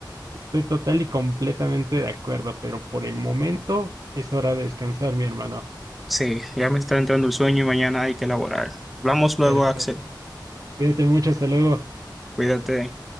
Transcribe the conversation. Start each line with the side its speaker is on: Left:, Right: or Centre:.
Right: Estoy total y completamente de acuerdo, pero por el momento es hora de descansar, mi hermano.
Centre: Sí, ya me está entrando el sueño y mañana hay que elaborar. Hablamos luego,
Right: Perfecto.
Centre: Axel.
Right: Cuídate mucho, hasta luego.
Centre: Cuídate.